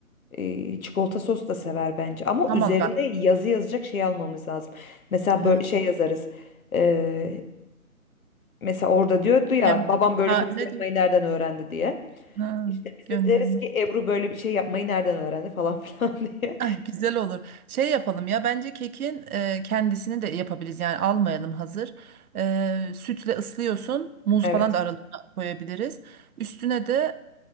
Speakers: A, on the left; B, on the right.
A: Ee, çikolata sos da sever bence. Ama
B: Tamam
A: üzerine
B: bak.
A: yazı yazacak şey almamız lazım. Mesela
B: Ha,
A: böyle şey yazarız. Ee, mesela orada diyordu ya
B: hem,
A: babam böyle
B: ha,
A: pasta
B: ne
A: yapmayı
B: diyorsun?
A: nereden öğrendi diye.
B: Ha,
A: İşte biz
B: gönderme.
A: de deriz ki Ebru böyle bir şey yapmayı nereden öğrendi falan <laughs> filan diye.
B: Ay, güzel olur. Şey yapalım ya bence kekin e, kendisini de yapabiliriz. Yani almayalım hazır. E, sütle ıslıyorsun. Muz
A: Evet.
B: falan da aralarına koyabiliriz. Üstüne de